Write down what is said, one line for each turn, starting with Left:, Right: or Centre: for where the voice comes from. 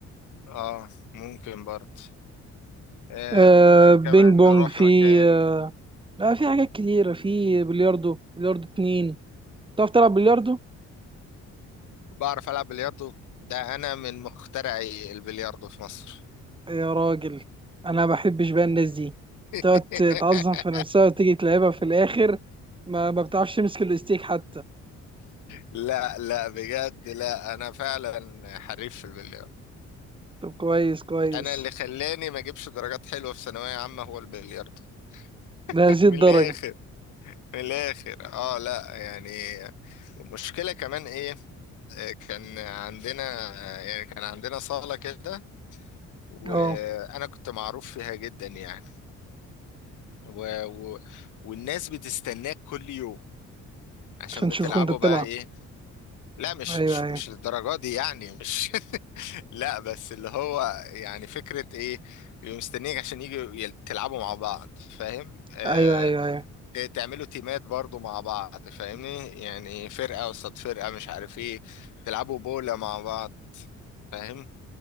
Left: اه ممكن برضه آه
Right: آه
Left: وممكن كمان
Right: بينج بونج
Left: نروح
Right: في
Left: مكان
Right: آه لا في حاجات كتيرة في بلياردو بلياردو اتنين تعرف تلعب بلياردو؟
Left: بعرف ألعب بلياردو ده أنا من مخترعي البلياردو في مصر
Right: يا راجل أنا ما بحبش بقى الناس دي تقعد
Left: <laughs>
Right: تعظم في نفسها وتيجي تلعبها في الآخر ما, ما بتعرفش تمسك الاستيك حتى
Left: لا لا بجد لا أنا فعلا حريف في البلياردو
Right: طب كويس كويس
Left: أنا اللي خلاني ما أجيبش درجات حلوة في ثانوية عامة هو البلياردو <laughs>
Right: لهذه
Left: من
Right: الدرجة
Left: الآخر في الاخر اه لا يعني المشكله كمان ايه آه، كان عندنا يعني كان عندنا صاله كده وانا
Right: اه
Left: كنت معروف فيها جدا يعني و... و... والناس بتستناك كل يوم عشان
Right: عشان
Left: بتلعبوا
Right: نشوفك انت بتلعب
Left: بقى ايه لا مش
Right: ايوه
Left: مش, مش
Right: ايوه
Left: الدرجه دي يعني مش <laughs> لا بس اللي هو يعني فكره ايه بيبقوا مستنيك عشان يجوا يل- تلعبوا مع بعض فاهم آه
Right: ايوه ايوه ايوه
Left: ت- تعملوا تيمات برضو مع بعض فاهمني يعني فرقة قصاد فرقة مش عارف ايه تلعبوا بولا مع بعض فاهم